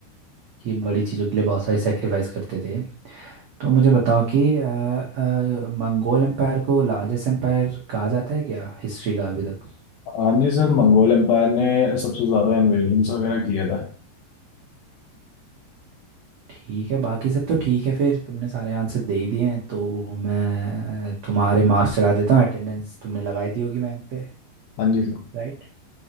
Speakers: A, on the right; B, on the left.
A: कि बड़ी चीज़ों के लिए बहुत सारे सेक्रीफाइस करते थे तो मुझे बताओ कि अ, अ, मंगोल एम्पायर को लार्जेस्ट एम्पायर कहा जाता है क्या हिस्ट्री का अभी तक
B: हाँ जी सर मंगोल एम्पायर ने सबसे ज्यादा इन्वेजन वगैरह किया था
A: ठीक है बाकी सब तो ठीक है फिर तुमने सारे आंसर दे ही दिए हैं तो मैं अ, तुम्हारे मार्क्स चढ़ा देता हूँ अटेंडेंस तुमने लगाई दी होगी मैम पे
B: हाँ जी sir
A: राइट